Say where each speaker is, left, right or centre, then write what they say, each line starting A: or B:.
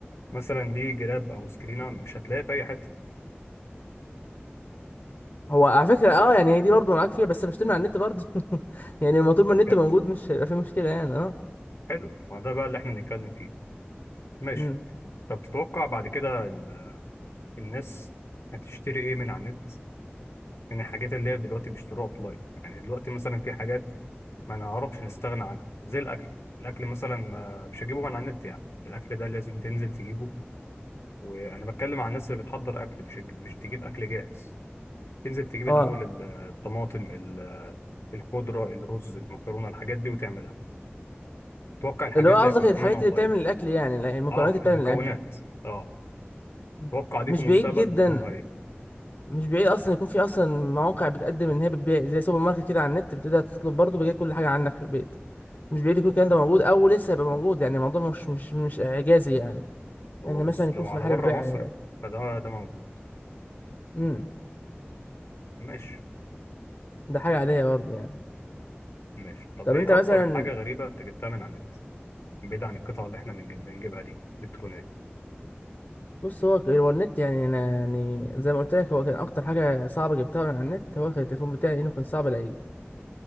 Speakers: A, on the left; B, on the left.
A: مثلا ليه جراب او سكرينة مش هتلاقيها في اي حتة
B: هو على فكرة اه يعني هي دي برضه معاك فيها بس بشتمل على النت برضه <laughs> يعني لما طول ما
A: يعني
B: النت
A: بجد
B: موجود مش هيبقى في مشكلة يعني اه
A: حلو ما ده بقى اللي احنا بنتكلم فيه ماشي
B: امم
A: طب تتوقع بعد كده ال- الناس هتشتري ايه من على النت من الحاجات اللي هي دلوقتي بيشتروها اوفلاين يعني دلوقتي مثلا في حاجات ما نعرفش نستغنى عنها زي الاكل الاكل مثلا ما مش هجيبه من على النت يعني الاكل ده لازم تنزل تجيبه وانا بتكلم عن الناس اللي بتحضر اكل مش مش تجيب اكل جاهز تنزل تجيب
B: اه
A: الاول ال- الطماطم الخضرة الرز المكرونة الحاجات دي وتعملها توقع الحاجات
B: اللي هو
A: دي
B: قصدك
A: هيكون في
B: الحاجات
A: منها اونلاين
B: اللي بتعمل الأكل يعني لا، المكونات
A: اه
B: اللي بتعمل
A: المكونات
B: الأكل
A: اه
B: مم.
A: توقع دي
B: مش
A: في المستقبل
B: بعيد جدا
A: نظامها ايه
B: مش بعيد أصلا يكون في أصلا مواقع بتقدم إن هي بتبيع زي سوبر ماركت كده على النت بتقدر تطلب برضه بيجي كل حاجة عندك في البيت مش بعيد يكون الكلام ده موجود أو لسه هيبقى موجود يعني الموضوع مش مش مش إعجازي يعني
A: هو
B: إن
A: بص
B: مثلا يكون
A: لو
B: في
A: على
B: محل
A: بره
B: بيع
A: مصر فده ده موجود
B: امم
A: ماشي
B: ده حاجه عاديه برضه يعني
A: ماشي طب
B: طب
A: ايه
B: انت مثلا
A: اكتر حاجة غريبة انت جبتها من على النت بعيد عن القطع اللي احنا بنجيب- بنجيبها دي الكترونية
B: بص هو ك- هو النت يعني انا يعني زي ما قلت لك هو كان اكتر حاجه صعبه جبتها من على النت هو كان التليفون بتاعي انه كان صعب الاقيه